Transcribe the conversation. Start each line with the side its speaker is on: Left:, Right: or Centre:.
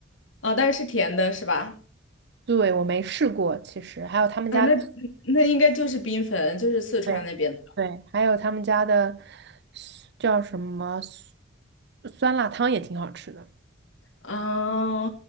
Left: 哦，但是是甜的是吧？
Right: 对，我没试过，其实还有他们家的，
Left: 啊，那那应该就是冰粉，就是四川那边。
Right: 对对，还有他们家的叫什么酸酸辣汤也挺好吃的。
Left: 嗯，